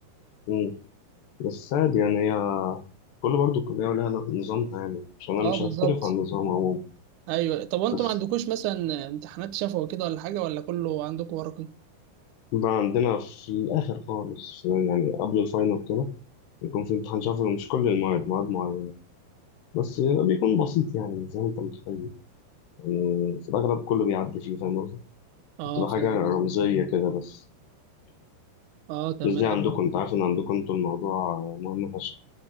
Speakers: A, on the left; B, on the right.
A: مم. بس عادي يعني هي كل برضه كلية ولها نظامها يعني عشان
B: اه
A: أنا مش
B: بالظبط
A: هختلف عن النظام عموما
B: ايوه طب وانتوا
A: بس
B: ما عندكوش مثلا امتحانات شفوي كده ولا حاجة ولا كله عندكم ورقي
A: بقى عندنا في الآخر خالص يعني قبل الفاينل كده بيكون في امتحان شفوي مش كل المواد مواد معينة بس بيكون بسيط يعني مش زي ما أنت متخيل يعني في الأغلب كله بيعدي فيه فاهم
B: اه
A: بتبقى
B: فاهم
A: حاجة رمزية
B: قصدك.
A: كده بس
B: اه تمام
A: مش زي عندكم أنت عارف إن عندكم أنتوا الموضوع مهم فشخ